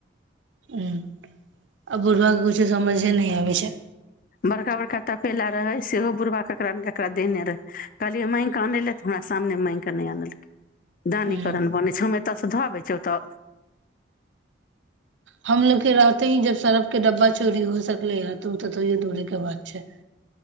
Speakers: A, on the right; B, on the left.
A: ह आ बूलब किछ समझे नहि आबै छै
B: बड़का बड़का तपेला रहै सेहो बुढ़बा ककरा ने ककरा देने रहै कहलियै माङग कऽ आनयलए तऽ हमरा सामने माङग कऽ नहि अनलकै दानीकरण
A: हूँ
B: बने छल ओत धऽबै छतऽ
A: हमलोग के रहते ही जब सड़फ के डब्बा चोरी हो सकले या तू तऽ तैयो दुरे के बात छै